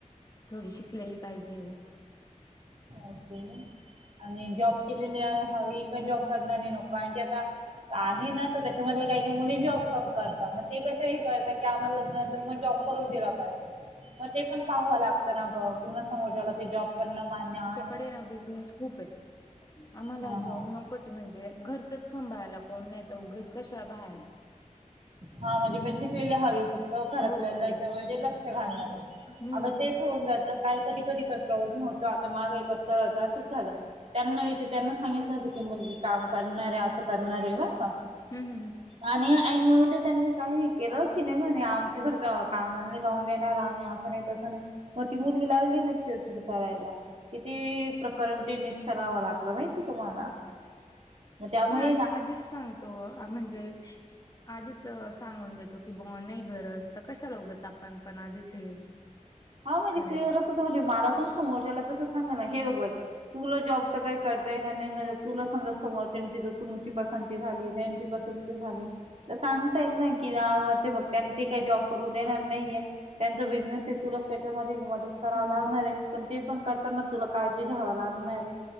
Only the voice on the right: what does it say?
ओके आणि जॉब केलेली हवी का जॉब करणारी नको कारण की आता आहे ना तर त्याच्यामध्ये काही -- त्या मुली जॉब पण करता. मग ते कसे हे करता की, आम्हाला लग्नंतर म जॉब करून दिला पाहिजे. मग ते पण पाहावं लागतं ना ग, पुन्हा समोरच्याला ते जॉब करणं मान्य आहे- -
हां
हां
हा म्हणजे पण शिकलेली हवी. फक्त घरातल्याच्या
मध्ये लक्ष घालणारी.
अग ते- - होऊन जातं काय कधी कधी काय प्रॉब्लेम होतो आता मागे एका स्थळाचं असंच झालं. त्यांना विचार त्यांना सांगितलं होतं की मुलगी काम करणार आहे असं करणार आहे बर का.
आणि ऐैन मोमेन्टच त्यांनी काय हे केलं, की नाही म्हणे आमच्या घरी तर कामा नाही जाऊन देणार. आम्ही असं नाही तसं नाही. मग ती मुलगी लागली ना चिडचिड करायला. किती प्रकरण ते निस्तरावं लागलं माहितीय तुम्हाला? म त्यामुळे-
-
हा वो म्हणजे
क्लिअर कसं ओ तुम्ही च्या माला पण समोरच्याला तसं सांगा ना हे बघ बाई तुला जॉब तर करता येणार नाही. मदत -- तुला समजा समोरच्यांची जर तुमची पसंती झाली त्यांची पसंती झाली तर, सांगता येईल नाय की ते बघ त्यां ते काही जॉब करून देणार नाहीेय त्यांचा बिझनेस तुला त्याच्यामध्ये मदत कराव
लागणार आहे पण ते पण करताना तुला काळजी घ्याव लागणार आहे.